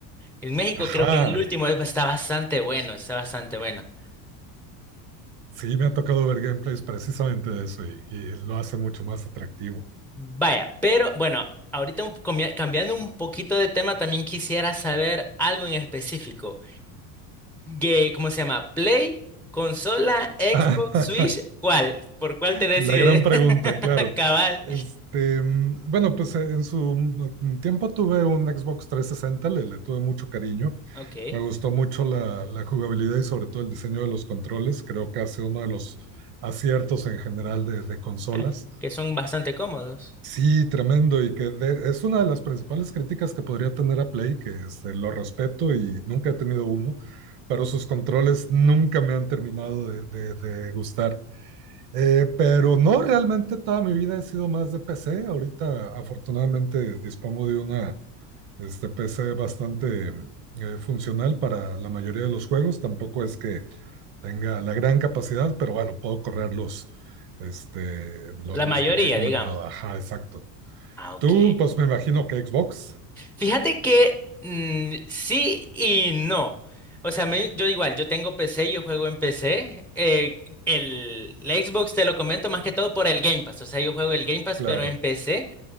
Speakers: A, in the centre; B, on the right (about 45°).
A: En México
B: Ajá,
A: creo que es el último, es- está bastante bueno, está bastante bueno.
B: sí, me ha tocado ver gameplays precisamente de eso y, y lo hace mucho más atractivo.
A: Vaya, pero bueno, ahorita un- comia- cambiando un poquito de tema, también quisiera saber algo en específico. Que, ¿cómo se llama? Play, consola, Xbox,
B: <laughs>
A: Switch, ¿cuál? ¿Por cuál te decides?
B: La gran pregunta,
A: <laughs>
B: claro.
A: Cabal.
B: Este, mm, bueno, pues eh, en su mm, tiempo tuve un Xbox 360, le, le tuve mucho cariño.
A: Ok.
B: Me gustó mucho la, la jugabilidad y sobre todo el diseño de los controles. Creo que ha sido uno de los aciertos en general de, de consolas.
A: Ah, Que son bastante cómodos.
B: Sí, tremendo, y que de- es una de las principales críticas que podría tener a Play, que este, lo respeto y nunca he tenido uno, pero sus controles nunca me han terminado de, de- de gustar. Eh, pero no, realmente toda mi vida he sido más de PC. Ahorita afortunadamente dispongo de una este, PC bastante eh, funcional para la mayoría de los juegos. Tampoco es que tenga la gran capacidad, pero bueno, puedo correr los, este, lo-
A: La
B: los
A: mayoría,
B: que te he comentado.
A: digamos.
B: Ajá, exacto.
A: Ah, ok.
B: Tú, pues me imagino que Xbox,
A: Fíjate que mm, sí y no. O sea, me- yo igual, yo tengo PC, yo juego en PC. Eh, el, la Xbox te lo comento más que todo por el Game Pass. O sea, yo juego el Game Pass,
B: claro,
A: pero en PC.